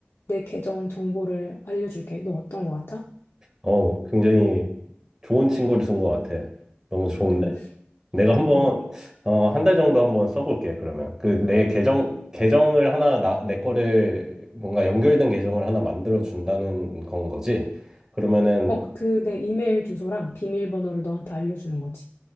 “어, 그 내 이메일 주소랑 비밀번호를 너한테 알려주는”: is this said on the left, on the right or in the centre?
Left